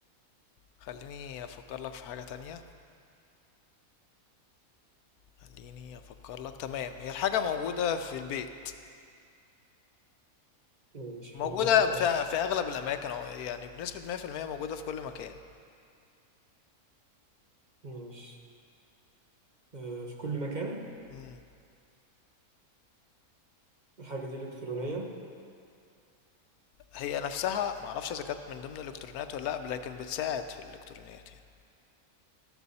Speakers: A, on the left; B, on the right.
A: خليني أفكر لك في حاجة تانية خليني أفكر لك تمام هي الحاجة موجودة في البيت
B: ماشي
A: موجودة
B: في البيت بس
A: في, في أغلب الأماكن أو يعني بنسبة 100% موجودة في كل مكان
B: ماشي آه، في كل مكان
A: مم.
B: الحاجة دي إلكترونية
A: هي نفسها معرفش إذا كانت من ضمن الإلكترونيات ولا لأ لكن بتساعد في الإلكترونيات يعني